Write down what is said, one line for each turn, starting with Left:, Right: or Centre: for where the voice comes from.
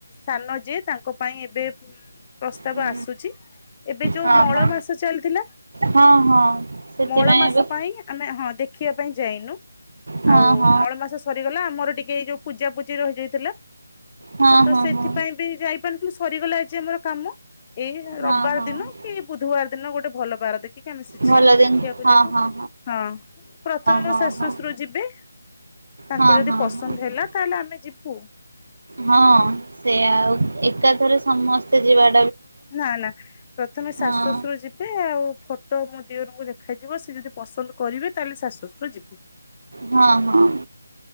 Left: ସାନ ଯିଏ ତାଙ୍କ ପାଇଁ ଏବେ ଉଁ ପ୍ରସ୍ତାବ
Right: ହୁଁ
Left: ଆସୁଚି ଏବେ ଯୋଉ
Right: ହଁ
Left: ମଳ
Right: ହଁ
Left: ମାସ ଚାଲିଥିଲା
Right: ହଁ ହଁ ସେଥିପାଇଁ
Left: ମଳ ମାସ
Right: ଏବେ
Left: ପାଇଁ ଆମେ ହଁ ଦେଖ ଦେଖିବା ପାଇଁ ଯାଇନୁ।
Right: ହଁ
Left: ଆଉ
Right: ହଁ
Left: ମଳ ମାସ ସରିଗଲା ଆମର ଟିକେ ଏଇ ଯୋଉ ପୂଜା ପୂ ଜି ରହିଯାଇଥିଲା।
Right: ହଁ
Left: ଆଉ ତ
Right: ହଁ
Left: ସେଥିପାଇଁ
Right: ହଁ
Left: ବି ଯାଇପାରିନଥିଲୁ ସରିଗଲା ଆଜି ଆମର। କାମ ଏଇ
Right: ହଁ
Left: ରବିବାର
Right: ହଁ
Left: ଦିନ କି ବୁଧବାର ଦିନ ଗୋଟେ ଭଲ ବାର ଦେଖି ଆମେ ସେ ଝିଅକୁ
Right: ଭଲ ଦିନ
Left: ଦେଖିବାକୁ
Right: ହଁ
Left: ଯିବୁ
Right: ହଁ
Left: ।ହଁ ପ୍ରଥମେ ମୋ
Right: ହଁ
Left: ଶାଶୁ,
Right: ହଁ ହଁ
Left: ଶଶୁର ଯିବେ ତାଙ୍କୁ
Right: ହଁ
Left: ଯଦି
Right: ହଁ
Left: ପସନ୍ଦ
Right: ହଁ
Left: ହେଲା ତାହେଲେ ଆମେ ଯିବୁ।
Right: ହଁ ସେ ଆଉ ଏକାଥରେ ସମସ୍ତେ ଯିବା
Left: ନା ନା ପ୍ରଥମେ ଶାଶୁ
Right: ହଁ
Left: ଶଶୁରୁ ଯିବେ ଆଉ ଫ ଟ ମୋ ଦିଅରଙ୍କୁ ଦେଖାଯିବ। ସେ ଯଦି ପସନ୍ଦ କରିବେ ତାହେଲେ ଶାଶୁ ଶଶୁର ଯିବେ।
Right: ହଁ ହଁ